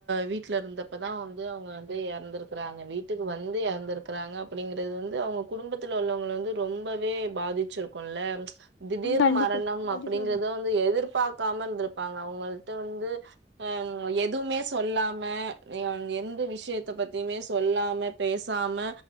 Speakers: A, on the right; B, on the left.
A: வீட்டுல இருந்தப்ப தா வந்து அவுங்க வந்து எறந்திருக்கறாங்க வீட்டுக்கு வந் து எறந்திருக்கிறாங்க அப்டிங்கறது வந்து அவுங்க குடும்பத்துல உள்ளவங்கள வந்து ரொம்பவே பாதிச்சிருக்குல்ல திடீர்
B: கண்டிப்பா
A: மரணம்
B: கண்டிப்பா
A: அப்டிங்கறத
B: தோழி
A: வந்து எதிர்பாக்காம இருந்திருப்பாங்க அவுங்கள்ட்ட வந்து ஆ எதுவுமே சொல்லாம எ எந்த விஷ்யத்த பத்திமே சொல்லாம பே சாம